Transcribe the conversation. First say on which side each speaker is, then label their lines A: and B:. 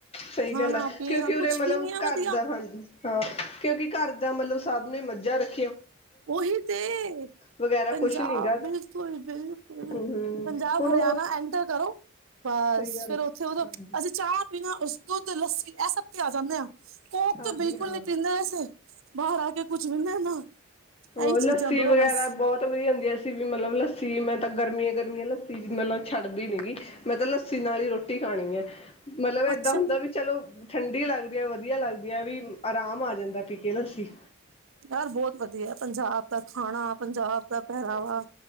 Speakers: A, on the left; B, on the right.
A: ਸਹੀ
B: ਖਾਣਾ
A: ਗੱਲ ਆ।
B: ਪੀਣਾ
A: ਕਿਉਂਕਿ ਉਰੇ
B: ਕੁਛ
A: ਮਤਲਬ
B: ਵੀ ਨੀ ਹੈ
A: ਘਰ
B: ਵਧੀਆ।
A: ਦਾ, ਹਾਂਜੀ। ਹਾਂ, ਕਿਉਂਕਿ ਘਰ ਦਾ ਮਲਬ ਸਬ ਨੇ ਮੱਝਾ ਰੱ
B: ਉਹੀ ਤੇ
A: ਵਗੈਰਾ
B: ਪੰਜਾਬ
A: ਕੁਛ ਨੀ ਗਾ
B: ਬਿਲਕੁਲ-ਬਿਲ ਕੁਲ,
A: ਹਮ ਹਮ
B: ਪੰਜਾਬ,
A: ਹੁਣ
B: ਹਰਿਆਣਾ
A: ਉਹ
B: ਐਂਟਰ ਕਰੋ ਬਸ
A: ਸਹੀ ਗੱਲ
B: ਫੇਰ ਉੱਥੇ ਉਦੋਂ,
A: ਹਾਂਜੀ
B: ਅਸੀਂ ਚਾਹ ਪੀਣਾ, ਉਸ ਦੁੱਧ, ਲੱਸੀ ਐਹ ਸਭ ਤੇ ਆ ਜਾਂਨੇ ਆਂ। ਕੋਕ
A: ਹਾਂਜੀ
B: ਤੋ ਬਿਲਕੁਲ
A: ਹਾਂ
B: ਨੀ ਪੀਂਦੇ ਅਸੀਂ, ਬਾਹਰ ਆ ਕੇ ਕੁਛ ਵੀਨੇ ਨਾ।
A: ਉਹ
B: ਇਹੀ ਚੀਜ਼ਾਂ
A: ਲੱਸੀ
B: ਦੋ
A: ਵਗੈਰਾ
B: ਬਸ
A: ਬਹੁਤ ਵਧੀਆ ਹੁੰਦੀ। ਅਸੀਂ ਵੀ ਮਤਲਬ ਲੱਸੀ, ਮੈਂ ਤਾਂ ਗਰਮੀਆਂ-ਗਰਮੀਆਂ ਲੱਸੀ ਲੱਸੀ ਮਤਲਬ ਛੱਡਦੀ ਨੀਗੀ। ਮੈਂ ਤਾਂ ਲੱਸੀ ਨਾਲ ਈ ਰੋਟੀ ਖਾਣੀ ਐ। ਮਤਲਬ ਏਦਾਂ
B: ਅੱਛਾ
A: ਹੁੰਦਾ ਵੀ ਚਲੋ, ਠੰਡੀ ਲੱਗਦੀ ਐ। ਵਧੀਆ ਲੱਗ ਵੀ ਐਹ ਵੀ, ਆਰਾਮ ਆ ਜਾਂਦਾ ਪੀ ਕੇ ਲੱਸੀ।
B: ਯਾਰ ਬਹੁਤ ਵਧੀਆ। ਪੰਜਾਬ ਦਾ ਖਾਣਾ, ਪੰਜਾਬ ਦਾ ਪਹਿਰਾਵਾ,
A: ਸਹੀ ਗੱਲ